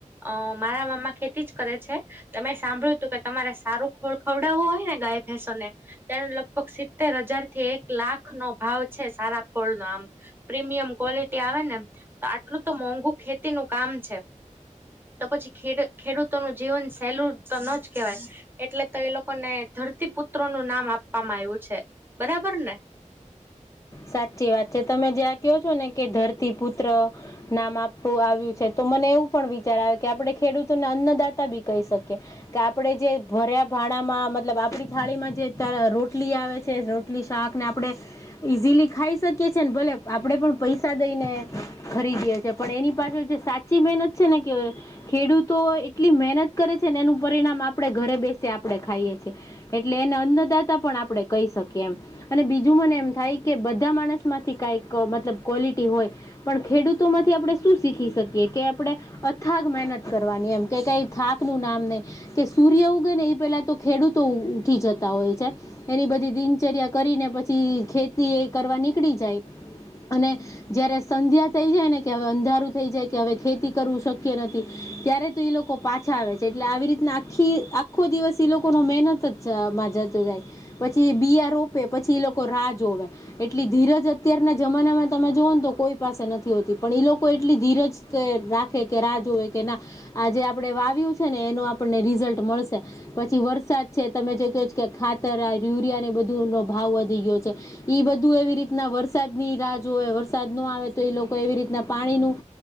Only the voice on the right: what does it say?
અ મારા મામા ખેતી જ કરે છે. તમે સાંભળ્યું તું કે, તમારે સારું ખોળ ખવડાવવું હોય ને ગાય-ભેંસો ને. તેને લગભગ સિત્તેર હજારથી એક લાખનો ભાવ છે. સારા ખોળનો આમ. પ્રીમિયમ ક્વોલિટી આવે ને, તો આટલું તો મોંઘુ ખેતીનું કામ છે. તો પછી ખીરું ખેડૂતોનું જીવન સહેલું તો ન જ કેહેવાય. એટલે તો એ લોકોને ધરતી પુત્રોનું નામ આપવામાં આવ્યું છે. બરાબર ને?